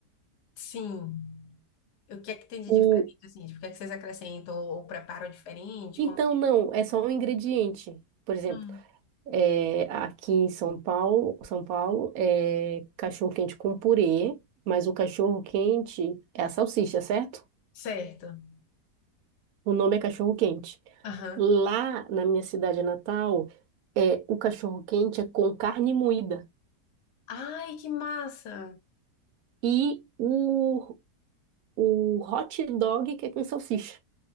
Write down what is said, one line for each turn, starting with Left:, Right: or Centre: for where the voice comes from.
Left: sim. O que é que tem de
Right: O...
Left: diferente, assim? Tipo, o que é que vocês acrescentam ou preparam diferente?
Right: Então,
Left: Como que...
Right: não, é só um ingrediente. Por exemplo,
Left: Hum,
Right: é, aqui em São Paulo, São Paulo é cachorro quente com purê, mas o cachorro quente é a salsicha, certo?
Left: certo.
Right: O nome é cachorro quente.
Left: Aham.
Right: Lá na minha cidade natal, é, o cachorro quente é com carne moída.
Left: Ai, que massa!
Right: e o, o hot dog que é com salsicha.